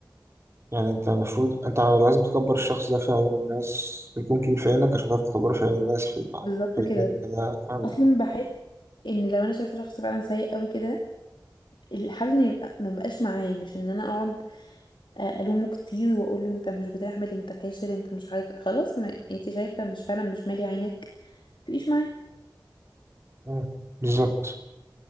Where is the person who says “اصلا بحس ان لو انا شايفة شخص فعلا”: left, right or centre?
Left